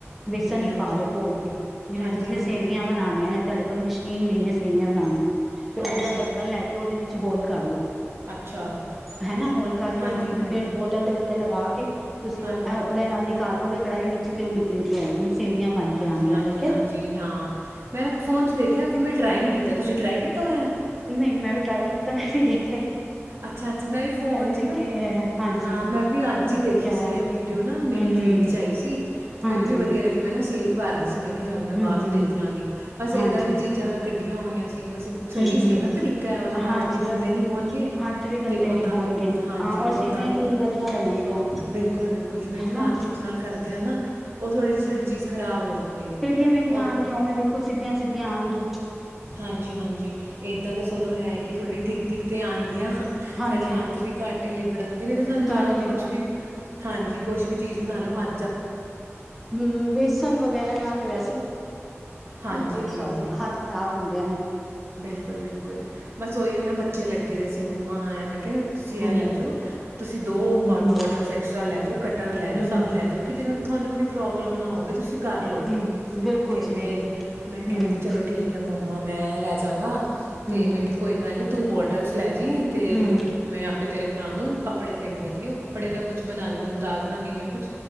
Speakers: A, in the centre; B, on the right.
A: ਬੇਸਣ ਹੀ
B: ਹਾਂਜੀ,
A: ਪਾ ਲੋ ਘੋਲ ਕੇ। ਜਿਵੇਂ
B: ਹਾਂਜੀ,
A: ਤੁਸੀਂ
B: ਹਾਂਜੀ,
A: ਸੇਵੀਆਂ ਬਣਾਣੀਆ ਨ ਨੇ ਤੁਹਾਡੇ ਕੋਲ ਮਸ਼ੀਨ ਨਹੀਂ ਹੈ ਸੇਵੀਆਂ ਬਣਾਉਣ ਦੀ। ਤੇ
B: ਹਾਂਜੀ,
A: ਉਹਦਾ ਢੱਕਣ ਲੈ ਕੇ ਉਹਦੇ ਵਿੱਚ ਹੋਲ ਕਰ ਲਓ।
B: ਅੱਛਾ,
A: ਹੈਨਾ ਹੋਲ ਕਰਕੇ
B: ਹਾਂਜੀ,
A: ਉਹਨੂੰ
B: ਹਾਂਜੀ,
A: ਫਿਰ ਬੋਟਲ ਦੇ ਉੱਤੇ ਲਗਾ ਕੇ ਤੁਸੀਂ
B: ਹਾਂਜੀ,
A: ਉਹਦੇ ਨਾਲ ਨਿਕਾਲੋਗੇ ਕੜਾਈ ਵਿੱਚ ਤੇ ਉਹ ਨਿਕਲ ਕੇ ਆਏ ਨੇ ਸੇਵੀਆਂ ਬਣ
B: ਹਾਂਜੀ,
A: ਕੇ ਆਣਗੀਆਂ
B: ਹਾਂਜੀ,
A: ਤੇ
B: ਹਾਂਜੀ ਹਾਂ, ਮੈਂ ਫੋਨ ਚ' ਦੇਖਿਆ ਸੀ। ਮੈਂ ਟਰਾਈ ਨਹੀਂ ਕੀਤਾ ਤੁਸੀਂ ਟਰਾਈ ਕੀ ਤੋਂ ਆ
A: ਨਈ ਮੈਂ ਵੀ ਟਰਾਈ ਨੀ ਕੀਤਾ, ਮੈਂ ਵੀ ਦੇਖੀ।
B: ਅੱਛਾ ਅੱਛਾ, ਮੈਂ ਵੀ ਫੋਨ ਚ
A: ਦੇਖਿਆ
B: ਹੀ ਨਾ,
A: ਹੋਇਆ ਹਾਂਜੀ
B: ਹਾਂ ਮੈਂ ਵੀ ਅੱਜ
A: ਮੈਂ
B: ਹੀ ਦੇਖੀ
A: ਦੇਖਿਆ
B: ਸੀ
A: ਹੋਇਆ
B: ਇਹ ਵੀਡੀਓ ਨਾ ਮੇਰੇ
A: ਹਮ ਹਮ
B: ਫੀਡ 'ਚ ਆਈ ਸੀ। ਤੇ
A: ਹਾਂਜੀ
B: ਮੈਨੂੰ ਵੀ ਵਧੀਆ ਲੱਗੀ। ਮੈਂ ਨਾ ਸੇਵ ਕਰ ਲਈ। ਮੈਂ ਕਿਹਾ ਚੱਲ ਮੈਂ ਬਾਅਦ
A: ਹਮ
B: ਚ
A: ਹਮ
B: ਦੇਖ ਲਾਂਗੀ, ਬਸੇ
A: ਹਾਂਜੀ
B: ਇਦਾਂ ਦੀਆਂ ਚੀਜ਼ਾਂ ਮੈਂ ਕੱਢੀਆਂ ਹੋਈਆਂ ਸੀ। ਵੈਸੇ, ਸਹੀ
A: ਹਮ
B: ਸੀ
A: ਹਮ
B: ਨਾ ਤਰੀਕਾ ਇਹ ਵਾਲਾ ਹੱਥ
A: ਹਾਂਜੀ
B: ਵੀ ਗੰਦੇ
A: ਇਹ ਤਾਂ
B: ਨਹੀਂ ਹੋਣਗੇ।
A: ਹੱਥ ਵੀ ਗੰਦੇ
B: ਤੇ ਉਦਾਂ
A: ਨੀ ਹੋਣਗੇ
B: ਵੀ ਹਾਂਜੀ
A: ਹਾਂ ਔਰ
B: ਉਦਾਂ
A: ਸੇਵੀਆਂ
B: ਵੀ
A: ਕਿੰਨੀ ਵਧੀਆ ਬਣਨਗੀਆਂ
B: ਬਿਲਕੁਲ ਬਿਲਕੁਲ, ਜਿਵੇਂ ਅਸੀਂ
A: ਹਨਾ।
B: ਹੱਥ ਹੋਥ ਨਾਲ ਕਰਦੇ ਆ ਨਾ, ਉਹ ਥੋੜੀ ਜਿਹੀ ਸਾਡੀ ਚੀਜ਼ ਖਰਾਬ ਹੋ ਜਾਂਦੀ ਹੈ
A: ਟੇਡੀਆ ਮੇਡੀਆਂ
B: ਉਹ
A: ਆਣਗੀਆਂ, ਉਵੇ ਬਿਲਕੁਲ ਸਿੱਧੀਆਂ ਸਿੱਧੀਆਂ ਆਣਗੀਆਂ।
B: ਹਾਂਜੀ ਹਾਂਜੀ ਇਦਾਂ ਦੇ ਸੋਲੋ ਹੈ, ਕਿ ਥੋੜੀ ਠੀਕ ਠੀਕ ਤੇ ਆਣਗੀਆਂ।
A: ਹਾਂਜੀ
B: ਸਾਡੇ ਹੱਥ ਵੀ ਘੱਟ ਹੀ ਲਿਬੜਾਂਗੇ, ਤੇ ਸਾਨੂੰ ਜ਼ਿਆਦਾ
A: ਘੱਟ ਲੇਬੜਾ
B: ਤੇ ਕੁਝ ਵੀ ਹਾਂਜੀ, ਕੁਛ ਵੀ ਚੀਜ਼ ਬਣਾ ਲਓ, ਹ
A: ਹੂੰ, ਬੇਸਨ ਵਗੈਰਾ ਨਾਲ ਤੇ ਵੈਸੇ
B: ਹਾਂਜੀ
A: ਬਹੁਤ
B: ਹਾਂਜੀ
A: ਸਾਰੇ ਹੱਥ ਖਰਾਬ ਹੁੰਦੇ ਨੇ।
B: ਬਿਲਕੁਲ ਬਿਲਕੁਲ, ਬਸ ਉਹੀ ਨਾ ਬੱਚੇ ਲੱਗੇ ਦੇ ਸੀ, ਮੰਮਾ ਆ ਤੁਸੀ ਆ
A: ਹੂੰ।
B: ਲੈ ਜੋ, ਤੁਸੀਂ ਦੋ
A: ਹੂੰ
B: ਬਟ
A: ਹੂੰ
B: ਬੋਟਲਸ ਐਕਸਟਰਾ ਲੈ ਜਾਓ ਕੱਟਰ ਲੈ ਜਾਓ
A: ਹੂੰ
B: ਸਭ ਲੈ
A: ਹੂੰ
B: ਜਾਓ ਕਿ ਜਿਨਾਂ ਤੁਹਾਨੂੰ ਕੋਈ ਪ੍ਰੋਬਲਮ ਨਾ ਹੋਵੇ, ਤੁਸੀਂ ਕਰ ਲਓ
A: ਹੂੰ ਬਿਲਕੁਲ
B: ਕਹਿੰਦੇ,
A: ਜੀ ਬਿਲਕੁਲ
B: ਮੈਂ ਕੈਂਦਾ
A: ਹੂੰ ਹੂੰ
B: ਚਲੋ ਠੀਕ ਆ ਮੰਮਾ ਮੈਂ ਲੈ ਗਾ ਤੇਂ ਮੈਂ
A: ਹੂੰ।
B: ਕਿਹਾ ਕੋਈ ਗੱਲ ਨੀ ਤੂੰ ਬੋਟਲਸ ਲੈ ਜੀ ਤੇ,
A: ਹੂੰ
B: ਮੈਂ ਆਪੇ ਤੇਰੇ ਨੂੰ ਕੱਪੜੇ ਵੇਖਣਗੀ ਉਹ ਕੱਪੜੇ ਦਾ ਕੁਝ ਬਣਾ ਲੇ, ਉਹਨੂੰ ਦੱਸ ਦਾਂਗੇ ਮੈਂ ਕੁਝ